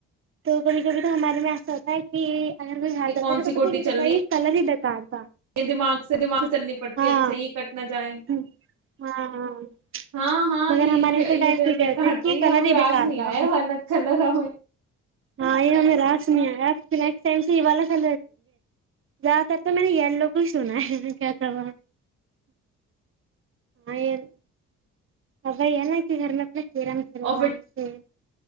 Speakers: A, on the right; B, on the right.
A: تو کبھی کبھی تو ہمارے میں ایسا ہوتا ہے کہ اگر ہار
B: کہ کون سی گوٹی چلنی
A: یہ کلر تال <unintelligible>
B: دماغ سے دماغ چلنی پڑتی
A: ہاں
B: ہے اچھا یہ کٹ نہ جائے
A: ہاں ہاں
B: ہاں ہاں
A: مگر
B: یہ
A: ہمارے یہاں
B: یہ
A: تو ٹائ
B: جو ہے
A: کہ
B: بیکار
A: یہ
B: تھا یہ
A: غلط
B: ہمیں
A: ہی
B: راس
A: بیکار
B: نہیں
A: تھا
B: آیا ورنہ کلر ہمیں
A: ہاں یہ ہمیں راس نہیں آیا <unintelligible> زیادہ تر تو میں نے یلو کو ہی سنا ہے کیا تھا وہ ہاں <unintelligible> کے گھر م اپے ج رم کر
B: اور
A: آرام
B: پھر
A: سے